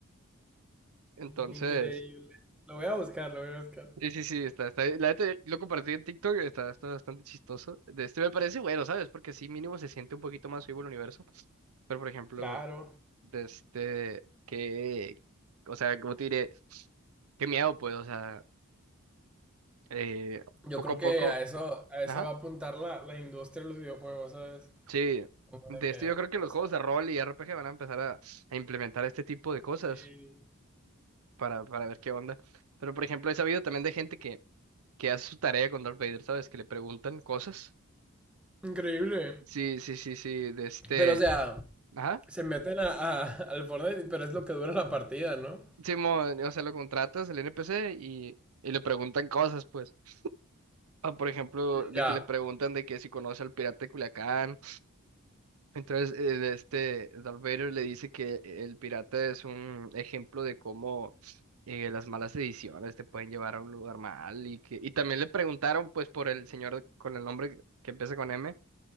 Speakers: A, on the right; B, in the centre.
A: Entonces.
B: Increíble. Lo voy a buscar, lo voy a buscar.
A: Sí, sí, sí, está, está. La neta, yo lo compartí en TikTok, está, está bastante chistoso. De este me parece bueno, ¿sabes? Porque sí, mínimo se siente un poquito más vivo el universo. Pero, por ejemplo,
B: Claro.
A: de este, que, o sea, ¿cómo te diré? Qué miedo, pues, o sea, eh,
B: Yo
A: poco
B: creo
A: a
B: que
A: poco,
B: a eso, a eso
A: ajá,
B: va a apuntar la, la industria de los videojuegos, ¿sabes?
A: sí.
B: Como de
A: De
B: que,
A: este, yo creo que
B: o
A: los
B: sea,
A: juegos de rol y RPG van a empezar a, a implementar este tipo de cosas
B: sí.
A: para, para ver qué onda. Pero, por ejemplo, he sabido también de gente que, que hace su tarea con Darth Vader, ¿sabes? Que le preguntan cosas.
B: Increíble.
A: Sí, sí, sí, sí, de este.
B: Pero, o sea,
A: Ajá.
B: se meten a, a- al Fortnite, pero es lo que dura la partida, ¿no?
A: Simón, o sea, lo contratas el NPC y, y le preguntan cosas, pues. Ah, por ejemplo,
B: Mm,
A: de
B: Ya,
A: que le preguntan de que si conoce al pirata de Culiacán. Entonces, eh, de este Darth Vader le dice que el pirata es un ejemplo de cómo eh, las malas ediciones te pueden llevar a un lugar mal. Y que, y también le preguntaron, pues, por el señor con el nombre que empieza con M.